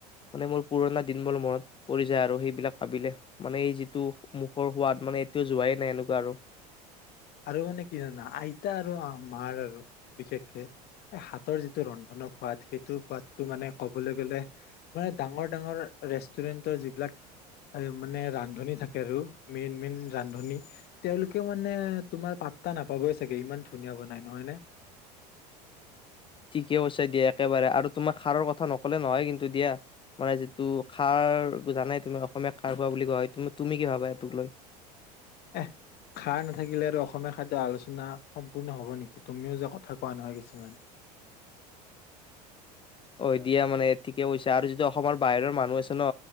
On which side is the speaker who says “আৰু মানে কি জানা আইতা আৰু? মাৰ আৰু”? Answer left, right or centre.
Left